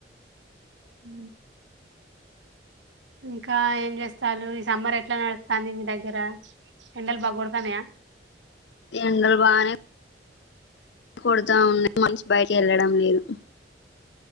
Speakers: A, on the right (about 80°); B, on the left (about 75°).
A: అ ఇంకా ఏం చేస్తాారు ఈ సమ్మర్ ఎట్లా నడ తాంది మీదగ్రరా ఎండలు బాగుడతనేయా
B: ఎండలు బానే కొడుతా ఉన్నా మనిషి బయట వెళ్ళడం లేదు